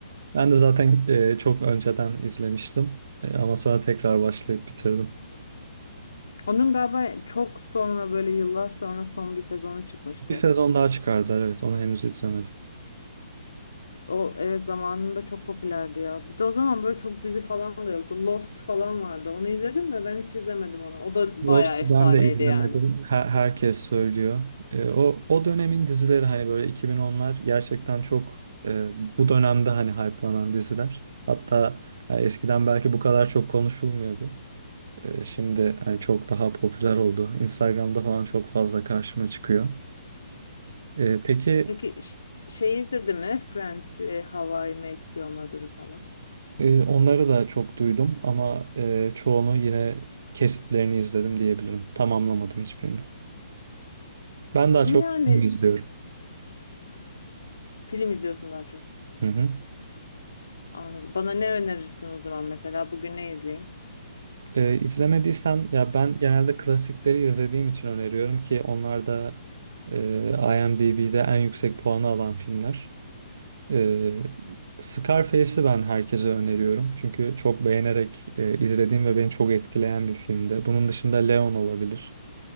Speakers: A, on the right (about 60°); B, on the left (about 70°).
A: Ben de zaten e, çok önceden izlemiştim. E, ama sonra tekrar başlayıp bitirdim.
B: Onun galiba çok sonra böyle yıllar sonra son bir sezonu çıkmıştı.
A: Bir sezon daha çıkardılar evet onu henüz izlemedim.
B: O evet zamanında çok popülerdi ya. Bir de o zaman böyle çok dizi falan da yoktu. Lost falan vardı. Onu izledin mi? Ben hiç izlemedim onu. O da
A: Lost'u
B: bayağı efsaneydi
A: ben de izlemedim.
B: yani.
A: Her- herkes söylüyor. E, o o dönemin dizileri hani böyle 2010'lar gerçekten çok e, bu dönemde hani hype'lanan diziler. Hatta e, eskiden belki bu kadar çok konuşulmuyordu. E, şimdi hani çok daha popüler oldu. Instagram'da falan çok fazla karşıma çıkıyor. E, peki
B: Peki ş- şey izledin mi? Friends, e, How I Met Your Mother'ı falan.
A: e, onları da çok duydum ama e, çoğunu yine kesitlerini izledim diyebilirim. Tamamlamadım hiçbirini. Ben daha
B: Yani
A: çok film izliyorum.
B: film izliyorsun daha çok.
A: Hı hı.
B: Anladım. Bana ne önerirsin o zaman mesela? Bugün ne izleyeyim?
A: Ee, izlemediysen ya ben genelde klasikleri izlediğim için öneriyorum ki onlar da e, IMDb'de en yüksek puanı alan filmler. Ee, Scarface'i ben herkese öneriyorum. Çünkü çok beğenerek e, izlediğim ve beni çok etkileyen bir filmdi. Bunun dışında Leon olabilir.